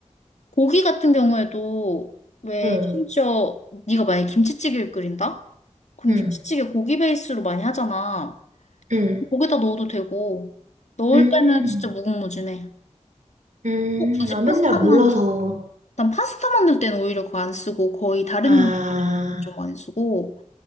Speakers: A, on the left (about 65°); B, on the right (about 75°).
A: 고기 같은 경우에도 왜
B: 음,
A: 심지어 네가 만약에 김치찌개를 끓인다? 그럼
B: 음,
A: 김치찌개 고기 베이스로 많이 하잖아.
B: 음.
A: 거기다 넣어도 되고 넣을
B: 음,
A: 때는 진짜 무궁무진해.
B: 음,
A: 꼭 굳이
B: 아,
A: 파스타만
B: 맨날 몰라서.
A: 난 파스타 만들 때는 오히려 그거 안 쓰고 거의 다른
B: 아.
A: 요리에도 좀 많이 쓰고